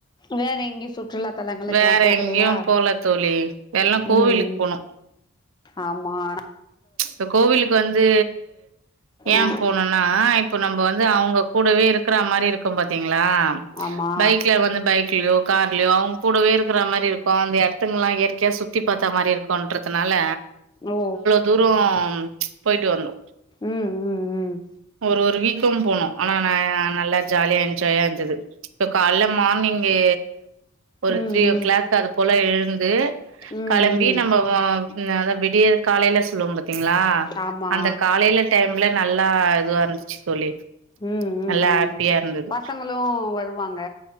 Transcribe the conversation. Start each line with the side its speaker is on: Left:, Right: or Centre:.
Left: வேற எங்கையு சுற்றுலா தளங்கக்கெல்லா
Right: வேற
Left: போகலையா
Right: எங்கேயு போல தோழி எல்லா கோவிலுக்கு
Left: ம்
Right: போனோ.
Left: ஆமா ஆனா
Right: இப்ப கோவிலுக்கு வந்து ஏ
Left: ஆ
Right: போணுனுனா இப்ப நம்ம வந்து அவுங்க கூடவே இருக்கிற மாரி இருக்கு பாத்தீங்ளா
Left: ஆமா
Right: பைக்ல வந்து பைக் கிலோ கார்ல்யோ அவுங்க கூடவே இருக்கிற மாரி இருக்கு அந்த இடத்துங்கல்லா இயற்கையா சுத்தி பாத்த மாரி இருக்குன்றதுனால
Left: ஓ ஓ
Right: தூரோம் போயிட்டு வந்தோ
Left: ம் ம் ம்
Right: ஒரு ஒரு வீக்கும் போனோ ஆனா நா நல்லா ஜாலியா என்ஜாயா இருந்தது இப்ப கால்ல மார்னிங்கி ஒரு
Left: ம்
Right: த்ரீ ஓ கிளாக்
Left: ம்
Right: அது போல எழுந்து
Left: ம்
Right: களம்
Left: ம்
Right: பி நம்ம வ அத விடியற் காலையில சொல்லுவோ பாத்தீங்ளா
Left: ஆமா
Right: அந்த காலையில டைம்ல நல்லா இதுவா இருந்துச்சு தோழி
Left: ம் ம்
Right: நல்லா
Left: ம்
Right: ஹாப்பியா இருந்தது
Left: பசங்களு வருவாங்க